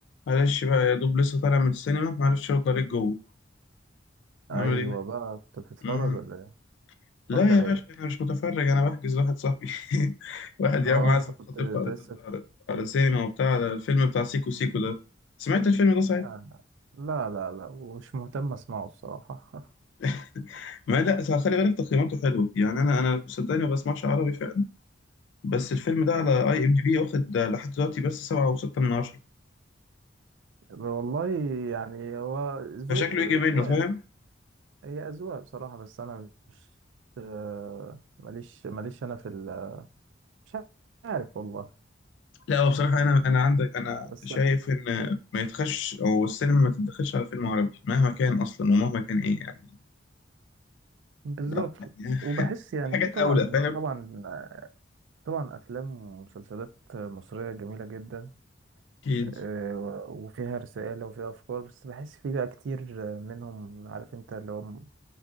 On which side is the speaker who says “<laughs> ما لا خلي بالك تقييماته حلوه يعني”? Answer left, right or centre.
Left